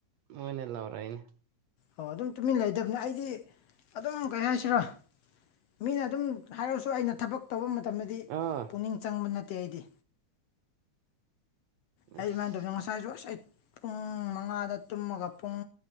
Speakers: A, on the right (about 75°); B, on the left (about 70°).
A: ꯃꯣꯏꯅ ꯂꯧꯔꯛꯏꯅꯦ
B: ꯑꯣ ꯑꯗꯨꯝ ꯇꯨꯃꯤꯟ ꯂꯩꯗꯕꯅꯤ ꯑꯩꯗꯤ ꯑꯗꯨꯝ ꯀꯩ ꯍꯥꯏꯁꯤꯂ ꯃꯤꯅ ꯑꯗꯨꯝ ꯍꯥꯏꯔꯁꯨ ꯑꯩꯅ ꯊꯕꯛ ꯇꯧꯕ ꯃꯇꯝꯗꯗꯤ
A: ꯑꯥ
B: ꯄꯨꯛꯅꯤꯡ ꯆꯪꯕ ꯅꯠꯇꯦ <inaudible> ꯑꯩꯗꯤ
A: ꯑꯁ
B: ꯑꯩ ꯑꯗꯨꯃꯥꯏꯅ ꯇꯧꯅꯣ ꯉꯁꯥꯏꯁꯨ ꯑꯁ ꯑꯩ ꯄꯨꯡ ꯃꯉꯥꯗ ꯇꯨꯝꯃꯒ ꯄꯨꯡ